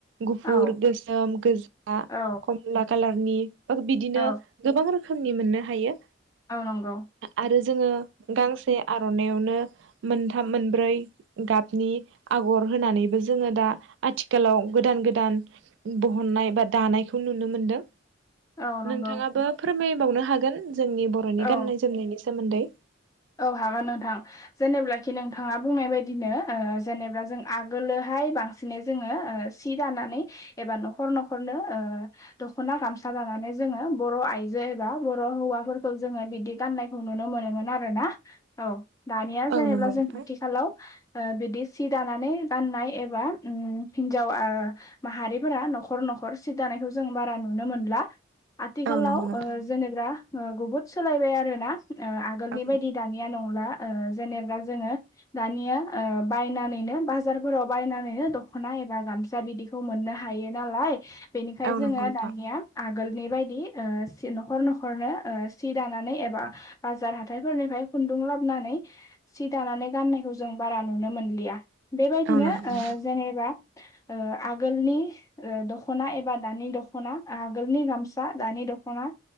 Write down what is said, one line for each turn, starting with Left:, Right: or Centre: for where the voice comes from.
Right: गुफुर,
Left: औ
Right: गोसोम, गोजा,
Left: औ
Right: खमला कालार नि बिदिनो
Left: औ
Right: गोबां रोखोमनि मोननो हायो।
Left: औ नंगौ
Right: आ-आरो जोङो गांसे आर'नायाव नो मोन्थाय मोनब्रै गाबनि आगर होनानैबो जोङो दा आथिखाल लाव गोदान गोदान बहननाय बा दानायखौ नुनो मोनदों।
Left: औ नंगौ
Right: नोंथाङाबो फोरमायबावनो हागोन जोंनि बरनि
Left: औ
Right: गान्नाय जोमनायनि सोमोन्दै।
Left: औ हागोन नोंथां जेनेब्लाखि नोंथाङा बुंनाय बायदिनो ओ जेनेबा जों आगोलो हाय बांसिनै जोङो ओ सि दानानै एबा न'खर न'खरनो ओ दख'ना गामसा दानानै जोङो बर' आइजो एबा बर' हौवाफोरखौ जोङो बिदि गाननायखौ नुनो मोनोमोन आ रोना। औ। दानिया
Right: औ
Left: जेनेब्ला
Right: नंगौ
Left: जों
Right: नोंथां
Left: आथिखालाव ओ बिदि सि दानानै गाननाय एबा ओम हिन्जाव आ माहारिफोरा न'खर न' न'खर सि दानायखौ जों बारा नुनो मोनला। आथिखालाव
Right: औ नंगौ नोंथां
Left: ओ जेनेब्रा ओ गुबुद सोलायबाय आरो ना ओ गोलनि
Right: औ
Left: बायदि दानिया नंला। ओ जेनेबा जोङो दानिया ओ बायनानैनो बाजारफोराव बायनानैनो दखना एबा गाम सा बिदिखौ मोननो हायो नालाय बेनिखाय जोङो
Right: नंगौ नोंथां
Left: दानिया आग गोलनि बायदि ओ नखर नखरनो ओ सि दानानै एबा बाजार हाथा थायफोरनिफ्राय खुन्दुं लाबनानै सि दानानै गाननायखौ जों बारा नुनो मोनलिया बेबायदिनो
Right: औ नंगौ
Left: ओ
Right: नोंथां
Left: जेनेबा ओ आगोलनि ओ दखना एबा दानि दखना आगोलनि गामसा दानि गाम दखना